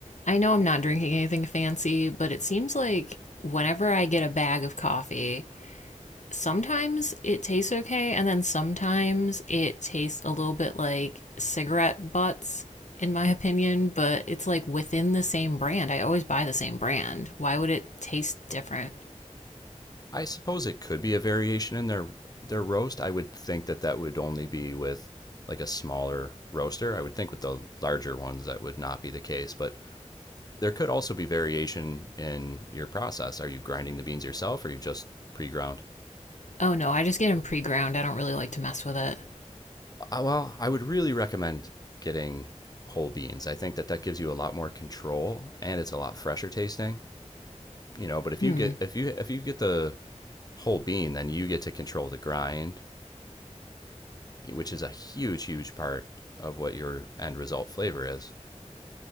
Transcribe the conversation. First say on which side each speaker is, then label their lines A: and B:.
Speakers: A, on the left; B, on the left.
A: I know I'm not drinking anything fancy, but it seems like whenever I get a bag of coffee, sometimes it tastes okay, and then sometimes it tastes a little bit like cigarette butts, in my opinion, but it's like within the same brand. I always buy the same brand. Why would it taste different?
B: I suppose it could be a variation in their their roast. I would think that that would only be with like a smaller roaster. I would think with the larger ones that would not be the case, but there could also be variation in your process. Are you grinding the beans yourself or are you just pre-ground?
A: Oh no, I just get them pre ground. I don't really like to mess with it.
B: Uh, Well, I would really recommend getting whole beans. I think that that gives you a lot more control and it's a lot fresher tasting, you know, but if
A: Hmm,
B: you get if you if you get the whole being, then you get to control the grind, which is a huge, huge part of what your end result flavor is.